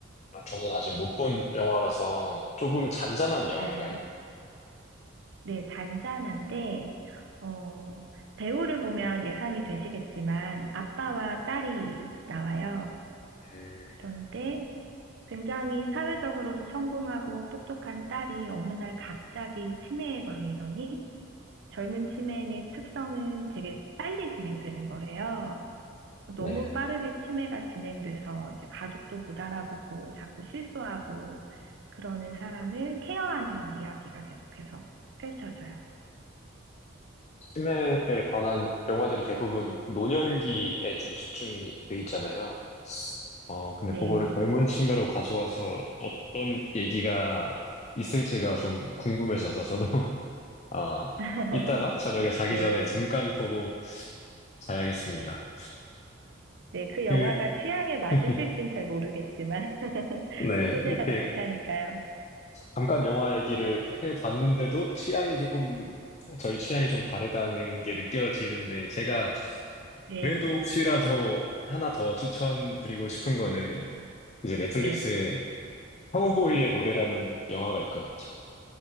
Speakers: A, on the left; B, on the right.
A: 아, 저는 아직 못 본 영화라서 조금 잔잔한 영화인가요?
B: 네, 네, 잔잔한데, 어, 배우를 보면 예상이 되시겠지만, 아빠와 딸이 나와요.
A: 음,
B: 그런데 굉장히 사회적으로도 성공하고 똑똑한 딸이 어느 날 갑자기 치매에 걸리더니, 젊은 치매의 특성은 되게 빨리 진행되는 거래요. 너무
A: 네.
B: 빠르게 치매가 진행돼서 이제 가족도 못 알아보고 자꾸 실수하고 그러는 사람을 케어하는 이야기가 계속해서 펼쳐져요.
A: 치매에 관한 영화들이 대부분 노년기에 좀 집중이 돼 있잖아요. 어, 근데
B: 네.
A: 그거를 젊은 치매로 가져와서 어떤 얘기가 있을지가 좀 궁금해져서 저도, <laughs> 아,
B: <laughs>
A: 이따가 저녁에 자기
B: 네.
A: 전에 잠깐 보고 자야겠습니다.
B: 네. 그 영화가
A: 그,
B: 취향에 맞으실진
A: <laughs>
B: 잘 모르겠지만 <laughs>
A: 네,
B: 또 소재가
A: 이렇게
B: 독특하니까요.
A: 잠깐 영화 얘기를 해봤는데도 취향이 조금, 저희 취향이 좀 다르다는 게 느껴지는데, 제가
B: 네.
A: 그래도 혹시라도 하나 더 추천드리고 싶은 거는, 이제 넷플릭스에
B: 네.
A: 카우보이의 노래라는 영화가 있거든요.